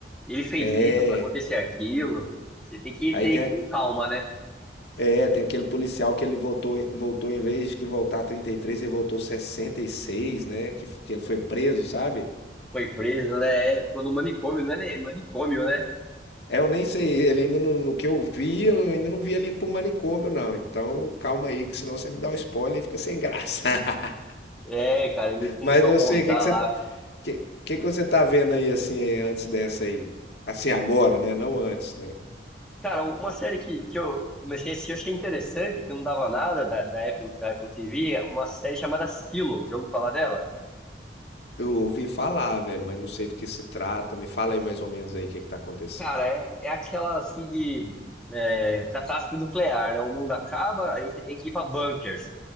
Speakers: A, in the centre; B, on the left.
A: Ele fez
B: É.
A: isso pra acontecer aquilo. Você tem que
B: Aí
A: ter
B: tem,
A: com
B: a-
A: calma, né?
B: é, tem aquele policial que ele voltou, voltou em vez de que voltar 33, ele voltou 66, né? Que, que ele foi preso, sabe?
A: Foi preso, né? É, Ficou no manicômio, não é nem- manicômio, né?
B: É, eu nem sei, ele ainda não, no que eu vi, eu ainda não vi ele indo pro manicômio, não. Então, calma aí, que senão você me dá o spoiler e fica sem graça. <laughs>
A: É, cara, ele começou
B: Mas você,
A: a contar
B: o que que você,
A: lá
B: Que que que você tá vendo aí assim antes dessa aí? Assim agora, né? Não antes, né?
A: Cara, uma série que, que eu comecei a assistir, eu achei interessante, que não dava nada da, da Apple, da Apple TV, é uma série chamada Silo. Já ouviu falar dela?
B: Eu ouvi falar, velho, mas não sei do que se trata. Me fala aí mais ou menos aí o que que tá acontecendo.
A: Cara, é, é aquela assim de é, catástrofe nuclear, né? O mundo acaba, aí você tem que ir pra bunkers,